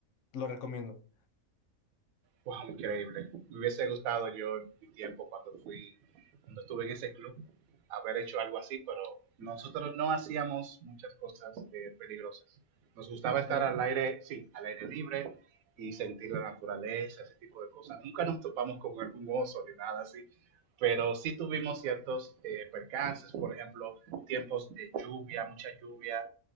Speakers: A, on the left; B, on the right.
A: lo recomiendo.
B: Wow, increíble. Me hubiese gustado yo en mi tiempo cuando fui, cuando estuve en ese club, haber hecho algo así, pero nosotros no hacíamos muchas cosas eh, peligrosas. Nos gustaba estar
A: Ah, ¿no?
B: al aire, sí, al aire libre y sentir la naturaleza, ese tipo de cosas. Nunca nos topamos con algún oso ni nada así, pero sí tuvimos ciertos eh, percances, por ejemplo, tiempos de lluvia, mucha lluvia,